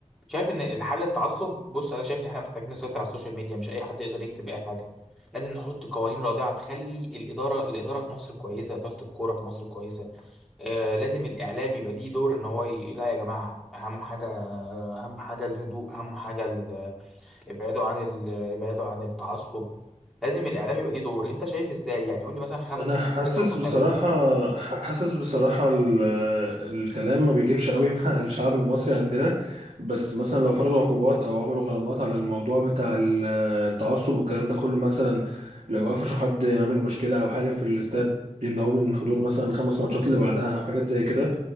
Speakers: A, in the centre; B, on the right.
A: شايف ان الحل التعصب بص انا شايف ان احنا محتاجين نسيطر على السوشيال ميديا مش اي حد يقدر يكتب اي حاجه لازم نحط قوانين رادعه تخلي الاداره الاداره في مصر كويسه اداره الكوره في مصر كويسه آه لازم الاعلام يبقى ليه دور ان هو ي... لا يا جماعه اهم حاجه اهم حاجه الهدوء اهم حاجه ال... ابعدوا عن ال... ابعدوا عن التعصب لازم الاعلام يبقى ليه دور انت شايف ازاي يعني قول لي مثلا خمس
B: انا
A: ست
B: حاسس
A: حاجات المفروض
B: بصراحه
A: نعملهم
B: حاسس بصراحه ال- الكلام ما بيجيبش قوي <laughs> مع الشعب المصري عندنا بس مثلا لو فرضوا عقوبات او عملوا غرامات على الموضوع بتاع ال- التعصب والكلام ده كله مثلا لو قفشوا حد عامل مشكله او حاجه في الاستاد بيمنعوه من الحضور مثلا خمس ماتشات اللي بعدها او حاجات زي كده